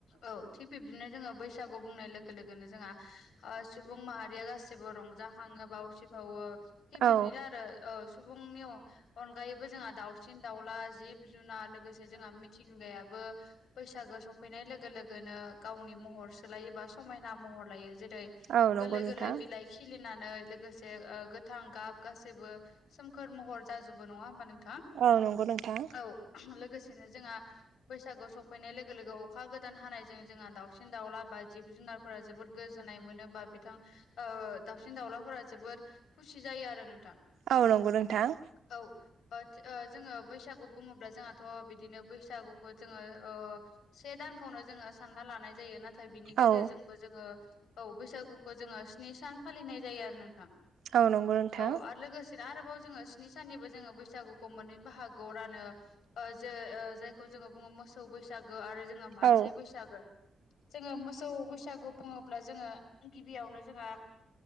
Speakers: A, on the left; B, on the right.
A: औ। थिग बिब्दिनो जोङो बैसागु बुंनाय लोगो लोगोनो जोंहा ओ सुबुं माहारिया गासै बो रंजाखाङो बाव उसिफावो थिग
B: औ
A: बिब्दिनो आरो औ सुबुंनि अनगायैबो जोंहा दाउसिन दाउला जिब जुनार लोग गोसे जोंहा मिथिंगायाबो बैसागो सफैनाय लोगो लोगोनो गावनि महर सोलायोबा समायना महर लायो जेरै
B: औ नंगौ
A: गोरलै
B: नोंथां
A: गोरलै बिलाइ खिलिनानै लोगोसे ओ गोथां गाब गासैबो सोमखोर महर जाजोबो नङा होमबा नोंथां?
B: औ नंगौ नोंथां।
A: औ लोगोसेनो जोंहा बैसागु सफ फैनाय लोगो लोगो अखा गोदान हानायजों जोंहा दाउसिन दाउला बा जिब जुनारफोरा जोबोद गोजोननाय मोनोबा बे थां ओ दाउसिन दाउलाफोरा जोबोर खुसि जायो आरो नोंथां।
B: औ नंगौ नोंथां।
A: औ ओथ ओ जोङो बैसागु बुङोब्ला जोंहाथ' बिदिनो बैसागुखौ जोङो ओ से दानखौनो जोङो सानना लानाय जायो ना थाय बिनि गेजेरजोंबो
B: औ
A: जोङो औ बैसागुखौ जोङो स्नि सान फालिनाय जायो आरो नोंथां।
B: औ नंगौ नोंथां
A: औ आरो लोगोस <unintelligible> आरोबाव जोङो स्नि साननिबो जोङो बैसागुखौ मोननै बाहागोआव रानो। ओ जो ओ जायखौ जोङो बुङो मोसौ बैसागो आरो जोङो मानसि
B: औ
A: बैसागो। जोङो मोसौ बैसागु बुङोब्ला जोङो गिबियावनो जोंहा